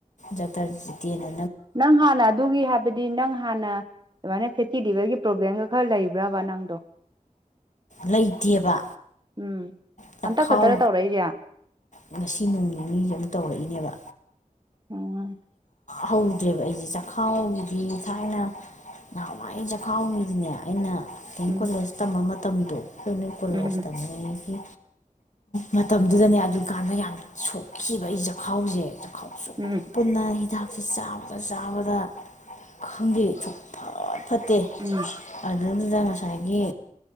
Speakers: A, on the left; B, on the right.
A: ꯗꯥꯛꯇꯔ ꯖꯤꯇꯦꯟꯅ
B: ꯅꯪ ꯍꯥꯟꯅ ꯑꯗꯨꯒꯤ ꯍꯥꯏꯕꯗꯤ ꯅꯪ ꯍꯥꯟꯅ ꯑꯗꯨꯃꯥꯏꯅ ꯐꯦꯠꯇꯤ ꯂꯤꯚꯔꯒꯤ ꯄ꯭ꯔꯣꯕ꯭ꯂꯦꯝꯒ ꯈꯔ ꯂꯩꯕ꯭ꯔꯥꯕ ꯅꯪꯗꯣ
A: ꯂꯩꯇꯦꯕ
B: ꯎꯝ
A: ꯆꯈꯥꯎ
B: ꯍꯟꯇꯛ ꯈꯛꯇꯔ ꯇꯧꯔꯛꯏꯁꯦ
A: ꯉꯁꯤ ꯅꯣꯡ ꯅꯤꯅꯤ ꯁꯤꯗ ꯑꯃ ꯇꯧꯔꯛꯏꯅꯦꯕ
B: ꯎꯝ
A: ꯍꯧꯗ꯭ꯔꯦꯕ ꯑꯩꯁꯦ ꯆꯥꯛꯈꯥꯎꯒꯤꯗꯤ ꯊꯥꯏꯅ ꯅꯍꯥꯟꯋꯥꯏ ꯆꯈꯥꯎꯒꯤꯗꯤꯅꯦ ꯑꯩꯅ ꯗꯦꯝ
B: ꯎꯝ
A: ꯀꯣꯂꯦꯖ ꯇꯝꯕ ꯃꯇꯝꯗꯣ ꯗꯦꯝ ꯀꯣꯂꯦꯁꯇ
B: ꯎꯝ
A: ꯅꯦꯗꯤ ꯃꯇꯝꯗꯨꯗꯅꯦ ꯑꯗꯨꯀꯥꯟꯗ ꯌꯥꯝꯅ ꯁꯣꯛꯈꯤꯕ ꯑꯩ ꯆꯈꯥꯎꯁꯦ ꯆꯈꯥꯎꯁꯨ
B: ꯎꯝ
A: ꯄꯨꯟꯅ ꯍꯤꯗꯥꯛꯁꯦ ꯆꯥꯕꯗ ꯆꯥꯕꯗ ꯈꯪꯗꯦ ꯁꯨꯡꯐꯠ ꯐꯠꯇꯦ
B: ꯎꯝ
A: ꯑꯗꯨꯅ ꯉꯁꯥꯏꯒꯤ